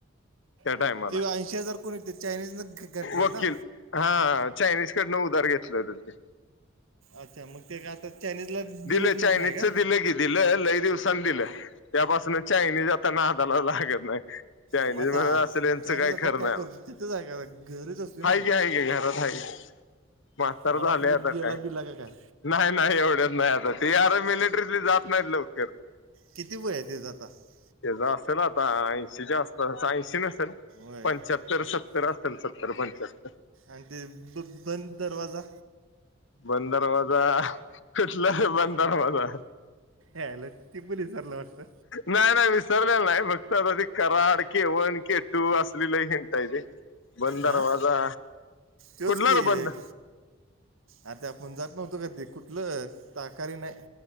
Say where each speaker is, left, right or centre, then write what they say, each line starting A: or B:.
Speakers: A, on the left; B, on the right.
A: त्या
B: मग
A: टायमाला
B: ते ऐंशी हजार कोणी ते चायनीजनं घ- घातलेलं
A: वकील
B: ना
A: हा चायनीज कडनं उधार घेतलं होत ते
B: अच्छा मग ते का आता चायनीजला दिलंच
A: दिलं
B: ना-
A: चायनीजच
B: नाही का
A: दिलं की दिलं लई दिवसांनी दिलं त्यापासन चायनीज आता नादालाच लागत नाही चायनीज
B: मग आता
A: म्हणत असल हेंच
B: चायनीज
A: काय
B: आता
A: खर नाय
B: करतो तिथेच आहे का घरीच असते ना
A: हाय
B: त्यो
A: की हाय की घरात हाय मास्तर
B: मला
A: झालंय
B: वाटलं
A: आता
B: गेला
A: काय नाही
B: बिला का काय
A: नाही एवढ्यात नाही आता ती आर मिलिटरीत जात नाहीत लवकर
B: किती वय त्याचं आता
A: ते ज असल आता ऐंशीच्या आस ऐंशी नसल
B: वय
A: पंच्यात्तर,
B: आता
A: सत्तर असल सत्तर, पंच्याहत्तर
B: आणि ते ब बंद दरवाजा
A: बंद दरवाजा कुठला हे बंद दरवाजा
B: यायला ती पण विसरलं वाटतं
A: नाही नाही विसरलेला नाही फक् ते Karad K one K to असली लई हिंट हाय रे बंद
B: हां
A: दरवाजा
B: तोच
A: कुठला
B: की
A: र
B: एक
A: बंद
B: आता आपण जात नव्हतो का ते कुठलं ताकारी नाही